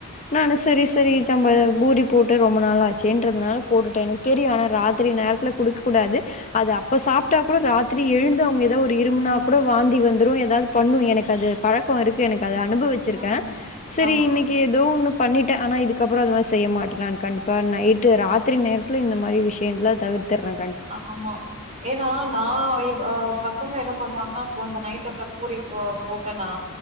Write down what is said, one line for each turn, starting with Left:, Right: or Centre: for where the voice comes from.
Left: நானு சரி சரி ஜம்ப எவ் பூரி போட்டு ரொம்ப நாள் ஆச்சேன்றதுனால போட்டுட்டே எனக் தெரியும் ஆனா ராத்திரி நேரத்துல குடுக் கூடாது அது அப்ப சாப்ட்டா கூட ராத்திரி எழுந்து அவங்க ஏதாவ் ஒரு இரும்புனா
Right: ம்
Left: கூட வாந்தி வந்துரு ஏதாவ்து பண்ணு எனக்கு அது பழக்கோ இருக்கு எனக்கு அது அனுபவிச்சிருக்கே
Right: ம்
Left: சரி
Right: ஆமா
Left: இன்னைக்கு ஏதோ ஒன்னுப் பண்ணிட்டேஆனா இதுக்கப்பறோ அது மார் செய்ய மாட்ட நான் கண்டிப்பான் நைட்டு ராத்திரி நேரத்துல இந்த மாரி விஷயங்துல தவிர்த்துர்றே
Right: ஆமா ஏனா நா இவ் ஆப் பசங்க என்ன பண்ணுவாங்க இப்போ அந்த நைட் டைம்ல பூரி போ போட்டன்னா